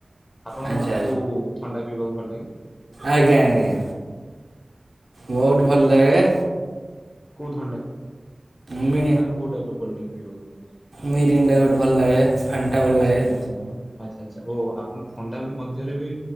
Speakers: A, on the left; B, on the right.
A: ଆପଣ
B: ଆଚ୍ଛା
A: କୋଉ ଥଣ୍ଡା ପିଇବାକୁ ଭଲ ଲାଗେ?
B: ଆଜ୍ଞା ଆଜ୍ଞା ବହୁତ ଭଲ ଲାଗେ
A: କଉ ଥଣ୍ଡା,
B: ମି
A: ମାନେ କୋଉ ଟାଇପ ର କୋଲଡ୍ରିଙ୍କ ପିଇବାକୁ ଭଲ ଲାଗେ?
B: ମିରିଣ୍ଡା ଗୋଟେ ଭଲ ଲାଗେ, ଫାଣ୍ଟା ଭଲ
A: ଆଚ୍ଛା
B: ଲାଗେ।
A: ମିରିଣ୍ଡା ଆଚ୍ଛା ଆଚ୍ଛା ଓ ଆପଣ ଥଣ୍ଡା ମଧ୍ୟରେ ବି